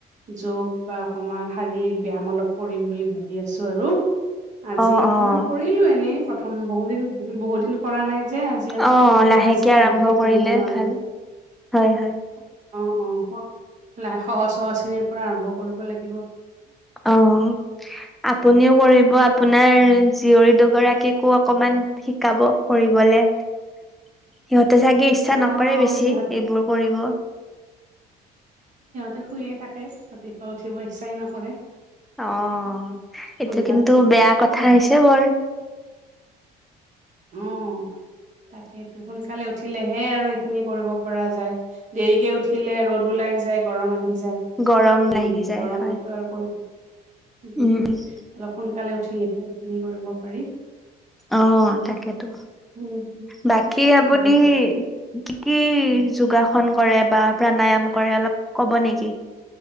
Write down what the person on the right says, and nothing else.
যোগ বা অকমান শাৰীৰিক ব্যাম অলপ কৰিম বুলি ভাবি আছো আৰু। আজি
অকমান
কৰিলো এনেই প্ৰথম, বহু দিন-বহু দিন কৰা নাই যে আজি আৰু
প্ৰথম দিনে
বেছি টান
খিনি কৰিব
নোৱাৰিম
অ', অ' সৰু সহজ সহজ খিনিৰ পৰা আৰম্ভ কৰিব লাগ।
অ
সিহঁতে
তে শুয়ে থাকে। ৰাতিপুৱা উঠিব ইচ্ছাই নকৰে।
সোনকালে
সোন
উম' তাকেইটো সোনকালে উঠিলেহে আৰু এইখিনি কৰিব পৰা যায়। দেৰিকে উঠিলে ৰ'দ ওলাই যায়, গৰম আহি যায়
উম'
গৰমতো
আৰু অলপ
সোনকালে উঠিলেহে সেইখিনি কৰিব পাৰি।
উম,
উম,